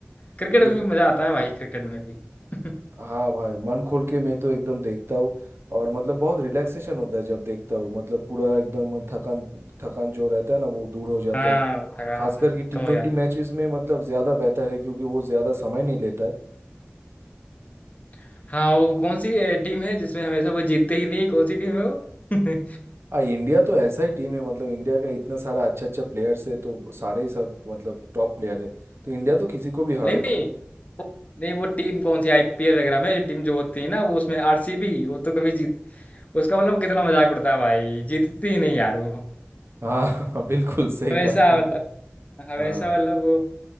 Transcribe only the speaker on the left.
क्रिकेट
में भी मजा आता है भाई क्रिकेट में भी <laughs>
हाँ
थकान
कम
हो जाता
है हाँ वो कौन सी टीम है जिसमें हमेशा वो जीतते ही नहीं कौन सी टीम है वो <laughs> नहीं
नहीं
वो- नहीं वो टीम कौन सी आईपीएल वगैरह में जो टीम जो होती है ना वो उसमें आरसीबी वो तो कभी जीत उसका मतलब कितना मजाक उड़ता है भाई जीतती ही नहीं यार वो
हमेशा
मतलब हमेशा
मतलब वो